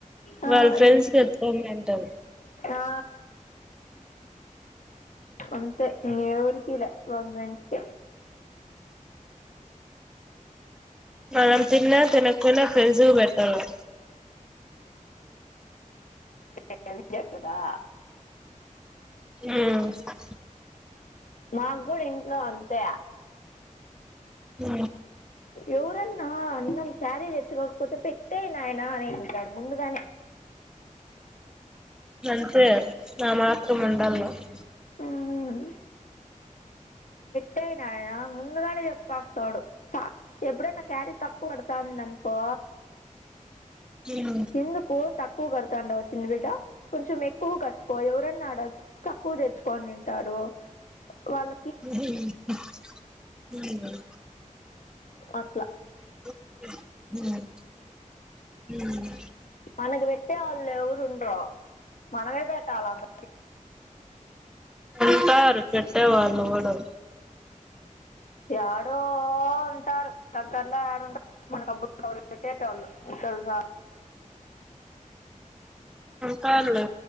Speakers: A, on the left; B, in the centre.
A: ఆ
B: వాళ్ళ ఫ్రెండ్స్
A: ఇచ్చ
B: కి ఎత్తుకోమంటది.
A: ఆ అంతే ఎవ్వరికీలె వాళ్ళ ఫ్రెండ్స్ కె
B: మనం తిన్న తినకపోన ఫ్రెండ్స్లకి పెట్టాలి.
A: మీ ఫ్రెండ్ హెల్ప్ చేస్తాదా
B: ఆ
A: మాకు కూడా ఇంట్లో అంతే
B: ఉ
A: ఎవరన్నా అన్నం క్యారేజ్ తెచ్చుకోకపోతే పెట్టేయ్ నయనా అనింటాడు ముందుగానే
B: నంతే నా మాత్రం ఉండాలా <inaudible> <inaudible>
A: ఉమ్, టే నాయన ముందుగానే చెప్పస్తాడు త ఎప్పుడన్న క్యరీ తక్కువ కడతాందినుకో
B: ఏవ్
A: ఎందుకు తక్కువ కడుతాండవు చిన్న బిడ్డ కొంచెం ఎక్కువ కట్టుకో ఎవరన్నా ఆడ తక్కువ తెచ్చుకొని తింటారు వాళ్ళ
B: ఉ ఉ
A: అట్ల
B: ఊ ఊ
A: మనకు పెట్టేవాళ్ళు ఎవరు ఉండ్రు మనమే పెట్టాల అంద
B: ఉంటారు పేట్టే వాళ్ళు గూడు
A: యాడో ఉంటారు దగ్గరలో ఎడుంట మనకు అప్పుడప్పుడు పెట్టేటోళ్లు తెలుసా
B: సాలే